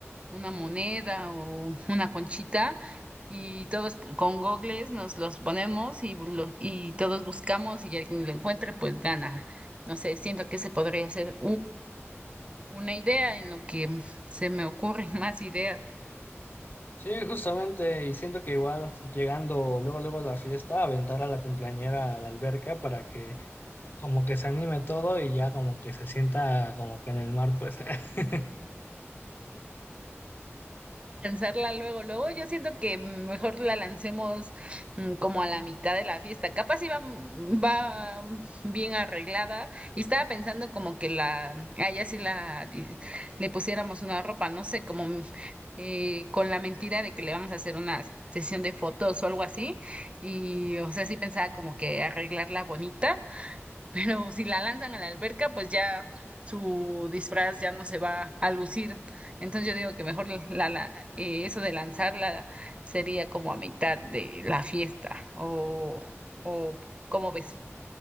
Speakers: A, on the right; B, on the left.
A: una moneda o una conchita y todos con gogles nos los ponemos y, lo- y todos buscamos y el que lo encuentre pues gana. No sé, siento que se podría hacer una idea en lo que se me ocurren <laughs> más ideas.
B: Sí, justamente, y siento que igual llegando luego luego a la fiesta, aventar a la cumpleañera a la alberca para que como que se anime todo y ya como que se sienta como que en el mar, pues. <laughs>
A: Lanzarla luego, luego yo siento que mejor la lancemos mm, como a la mitad de la fiesta. Capaz iba va va bien arreglada y estaba pensando como que la, a ella sí la di- le pusiéramos una ropa, no sé, como mm, eh, con la mentira de que le vamos a hacer una sesión de fotos o algo así. Y o sea, sí pensaba como que arreglarla bonita <laughs> pero si la lanzan a la alberca, pues ya su disfraz ya no se va a lucir. Entonces yo digo que mejor la, la- eh, eso de lanzarla sería como a mitad de la fiesta o, o ¿cómo ves?